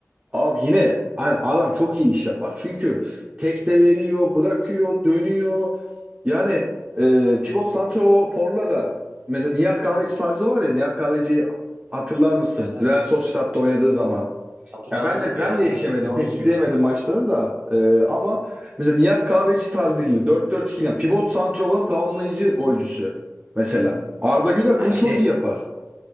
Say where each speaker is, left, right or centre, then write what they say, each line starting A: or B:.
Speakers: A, on the right; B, on the right.
A: Abi yine hani adam çok iyi iş yapar. Çünkü tek de veriyor, bırakıyor, dönüyor. Yani e, pivot santroforla da mesela Nihat Kahveci tarzı var ya. Nihat Kahveci hatırlar mısın?
B: Evet. evet.
A: Real Sociedad'da
B: Hat-
A: oynadığı zaman.
B: Hatırlarım
A: Ya ben
B: tabii
A: de ben
B: ya.
A: de yetişemedim.
B: Ne, ne oyuncuydu?
A: Pek izleyemedim maçlarını da. Ee, ama mesela Nihat Kahveci tarzı gibi 4-4-2 yani pivot santraforun tamamlayıcı golcüsü mesela. Arda Güler
B: Ha
A: bunu
B: şey
A: çok iyi yapar.